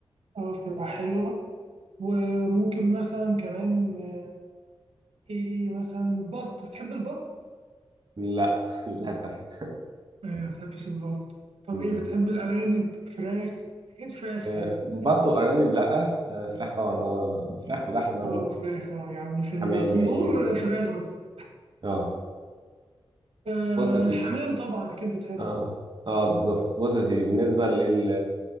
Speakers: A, on the right (about 85°); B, on the right (about 50°).
A: أه بتبقى حلوة وممكن مثلا كمان آه، إيه مثلا بط بتحب البط؟
B: لا <laughs> للأسف
A: ما بتحبش البط طب
B: مم.
A: إيه بتحب الأرانب فراخ أكيد فراخ
B: آه،
A: عادي
B: بط وأرانب لا آه، فراخ طبعا اه فراخ ولحمة
A: أه فراخ أه يعني في
B: وحمام
A: الطيور
B: ماشي
A: فراخ بس
B: اه
A: آه
B: بص يا سيدي
A: الحمام طبعا أكيد بتحب
B: اه اه بالظبط بص يا سيدي بالنسبة لل